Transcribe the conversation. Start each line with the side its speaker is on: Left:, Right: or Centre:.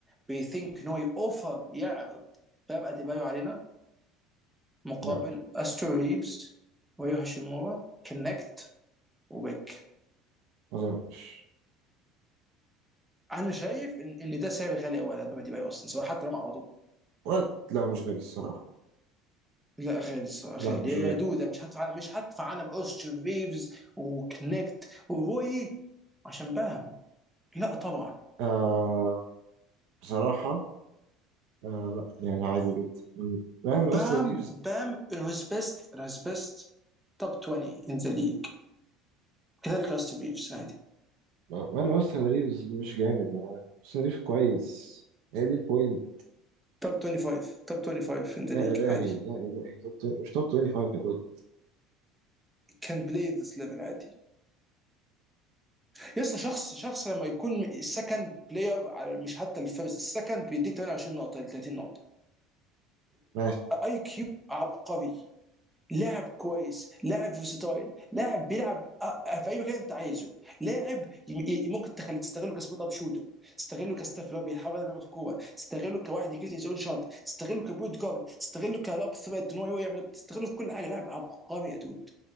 Centre: بيثينك ان هو يوفر يعرض بام اديبايو علينا مقابل
Right: لا مش
Centre: استرو ريفز ويو هاشيمورا كنكت وبيك
Right: ما أظنش
Centre: انا شايف ان ان ده سعر غالي قوي على بام اديبايو اصلا سواء حتى لو ما عرضوه
Right: وقت لا مش غالي الصراحة
Centre: لا غالي الصراحه
Right: لا
Centre: غالي
Right: مش
Centre: يا
Right: غالي
Centre: دودة مش هدفع على مش هدفع على اوستن ريفز وكنكت وروي عشان بام لا طبعا
Right: آه بصراحة آه لا يعني عادي جدا م- مان أوستن
Centre: بام
Right: ريفز
Centre: بام in his best in his best top 20 in the league كذلك اوستن ريفز عادي
Right: مان أوستن ريفز مش جامد يا مان أوستن ريفز كويس هي دي البوينت
Centre: توب 25 توب 25 ان ذا
Right: يا
Centre: ليج
Right: إلهي
Centre: عادي
Right: يا إلهي توب 20 مش توب 25 يا دول
Centre: كان بلاي ذس ليفل عادي يسطا شخص شخص لما يكون السكند بلاير على مش حتى الفيرست السكند بيديك 28 نقطه ل 30 نقطه
Right: ماشي
Centre: اي كيو عبقري لاعب كويس لاعب فيرساتايل لاعب بيلعب آه، آه، في اي مكان انت عايزه لاعب ي- ممكن تخلي تستغله كسبوت اب شوتر تستغله كستاف اللي هو بيحاول ياخد كوره تستغله كواحد يكيت يزول شوت تستغله كبوت جارد تستغله كلاب ثريت ان هو يعمل تستغله في كل حاجه لاعب عبقري يا دود